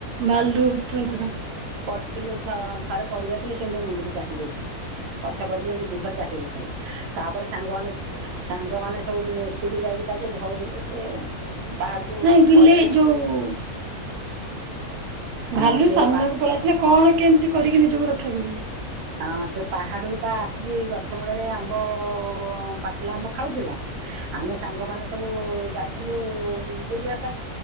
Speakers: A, on the right (about 90°); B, on the right (about 65°).
A: ଭାଲୁ <unintelligible>
B: ପଡିଥିଲେ ଥ ଥରେ ପଡି ଯାଇଥିଲେ ସେ ଏମିତି ମୁଣ୍ଡକୁ ଚାଟି ଦେଇଥିଲା। ପଛ କରିକୁ ଏମିତି ଜିଭରେ ଚାଟି ଦେଇଥିଲା ତାପରେ ସାଙ୍ଗମାନେ ସାଙ୍ଗମାନେ ସବୁ ମିଶିକି ଯାଇକି ତାକୁ ଘଉଡିଲେ ସିଏ ପାହାଡକୁ
A: ନାଇଁ ବିଲେଇ
B: ପଳେଇଲା।
A: ଯୋଉ
B: ହଁ
A: ଭାଲୁ
B: ସେ
A: ସାମ୍ନାକୁ
B: ପା
A: ପଳେଇଆସିଲେ କଣ କେମିତି କରିକି ନିଜକୁ ରକ୍ଷା କରିବୁ?
B: ହଁ ସେ ପାହାଡରୁପା ଆସିକି ଗଛ ମୂଳରେ ଆମ୍ବ ପାଚିଲା ଆମ୍ବ ଖାଉଥିଲା। ଆମେ ସାଙ୍ଗମାନେ ସବୁ ଯାଇଥିଲୁ ବୁଲିବା ପାଇଁ